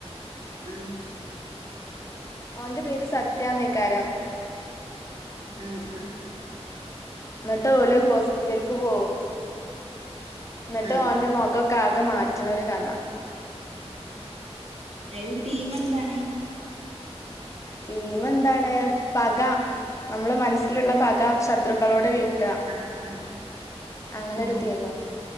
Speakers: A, on the right; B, on the left.
A: ആഹ്
B: ഓൻ്റെ പേര് സത്യാന്നെക്കാരാം
A: ആഹ് ആഹ്
B: എന്നിട്ട് ഓല് ഹോസ്പിറ്റലിക്ക് പോവും എന്നിട്ട്
A: ആ
B: ഓന്റെ മൊകം ആകെ മാറ്റണ ഒരു കഥ
A: അതിലെ തീമ് എന്താണ്
B: തീമ് എന്താണ് പക നമ്മള മനസ്സിലുള്ള പക ശത്രുക്കളോടെ വീ ട്ട
A: ആ ആ ആ
B: അങ്ങനൊരു
A: ആ ആ
B: തീമ